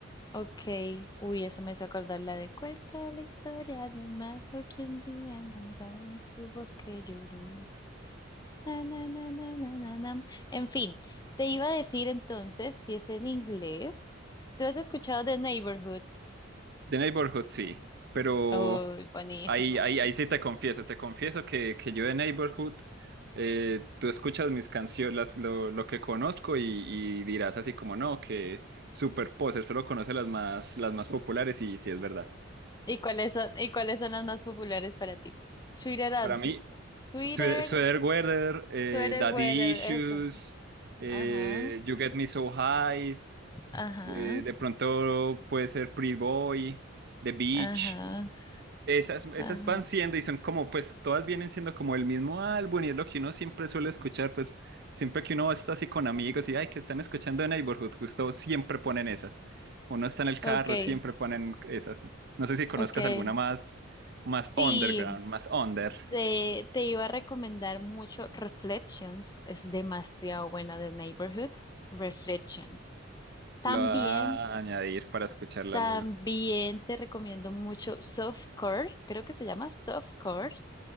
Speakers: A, on the left; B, on the right.
A: okay. Uy, eso me hizo acordar la de cuenta la historia de un mago que un día encontrado en su bosque lloró. Na, na, na, na, na, na, na. En fin, te iba a decir entonces, si es en inglés, ¿tú has escuchado The Neighborhood?
B: The Neighborhood sí, pero...
A: Oh, buenísima.
B: Ahí, ahí, ahí sí te confieso, te confieso que, que yo de Neighborhood, eh, tú escuchas mis canciones, lo, lo que conozco y, y dirás así como no, que Super Poser solo conoce las más, las más populares y sí es verdad.
A: ¿Y cuáles son, y cuáles son las más populares para ti? Sweeter, and
B: Para
A: Su-
B: mí,
A: Sweeter,
B: Swe- Sweatweather, eh,
A: Sweater
B: Daddy
A: Weather,
B: Issues,
A: eso.
B: eh,
A: Ajá,
B: You Get Me So High,
A: ajá,
B: eh, de pronto puede ser Pretty Boy, The Beach.
A: ajá,
B: Esas, esas
A: ajá.
B: van siendo y son como, pues todas vienen siendo como el mismo álbum y es lo que uno siempre suele escuchar, pues siempre que uno está así con amigos y, ay, que están escuchando de Neighborhood, justo siempre ponen esas. Uno está en el carro,
A: Okay,
B: siempre ponen esas. No sé si conozcas
A: ok.
B: alguna más, más
A: Sí,
B: underground, más under.
A: te, te iba a recomendar mucho Reflections, es demasiado buena de Neighborhood. Reflections.
B: <laughs>
A: También,
B: Lo voy a añadir para escucharla
A: también
B: luego.
A: te recomiendo mucho Softcore, creo que se llama Softcore,